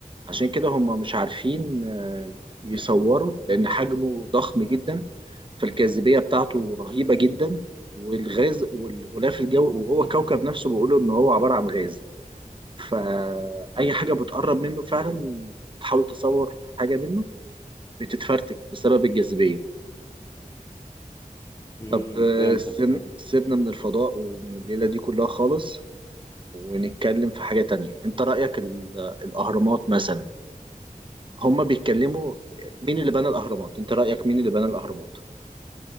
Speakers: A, on the right (about 35°); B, on the left (about 20°).
A: عشان كده هم مش عارفين آه، يصوروا لأن حجمه ضخم جدا فالجاذبية بتاعته رهيبة جدا والغاز والغلاف الجوي وهو كوكب نفسه بيقولوا إن هو عبارة عن غاز فأي حاجة بتقرب منه فعلا بتحاول تصور حاجة منه بتتفرتك بسبب الجاذبية
B: امم
A: طب آه،
B: فهمتك
A: سن-
B: فهمت
A: سيبنا من الفضاء ومن الليلة دي كلها خالص ونتكلم في حاجة تانية انت رأيك ال- الأهرامات مثلا هما بيتكلموا مين اللي بنى الأهرامات انت رأيك مين اللي بنى الأهرامات